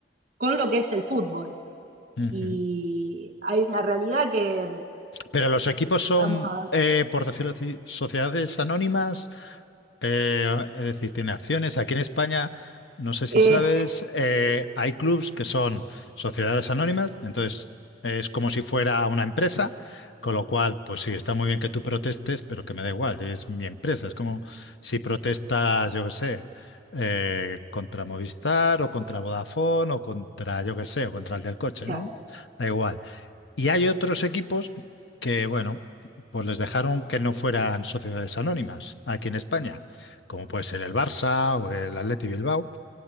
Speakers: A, on the right; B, on the left.
A: con lo que es el fútbol.
B: ujú.
A: Y hay una realidad que,
B: Pero los equipos son,
A: vamos a ver,
B: eh, por decirlo así, sociedades anónimas Eh, es decir, tiene acciones. Aquí en España, no sé si
A: eh,
B: sabes, eh, hay clubs que son sociedades anónimas, entonces es como si fuera una empresa, con lo cual, pues sí, está muy bien que tú protestes, pero que me da igual, es mi empresa. Es como si protestas, yo qué sé, eh, contra Movistar o contra Vodafone o contra, yo qué sé, o contra el del coche,
A: claro.
B: ¿no? Da igual. Y hay otros equipos que, bueno, pues les dejaron que no fueran sociedades anónimas aquí en España, como puede ser el Barça o el Athletic Bilbao,